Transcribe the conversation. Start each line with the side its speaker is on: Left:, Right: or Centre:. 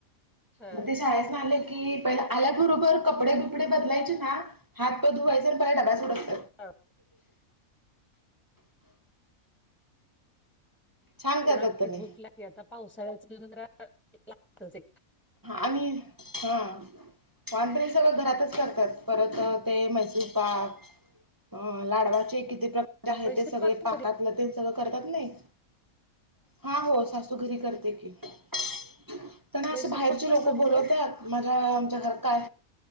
Centre: हा.
Right: मग ते शाळेसन आले की पहि आल्याबरोबर कपडे बिपडे बदलायचे हात प धुवायंच डायरेक्ट डब्बा सोडत
Centre: हो.
Right: छान
Centre: लागती
Right: करतात त्यांनी
Centre: भूक लागती आता पावसाळ्याच जरा तसे
Right: आणि हा. वांतरी सगळं घरातच करतात. परत ते मैसूर पाक अ लाडवाचे किती प्रकार? आहे
Centre: मैसूर
Right: ते सगळे
Centre: पाक पण
Right: पाकातलं ते सगळं करतात नाही हा हो. घरी करते की त्यांना
Centre: मैसूर
Right: असे बाहेरचे
Centre: पाक पण
Right: लोक
Centre: जमतो.
Right: बोलवतात. माझ्या आमच्या घर काय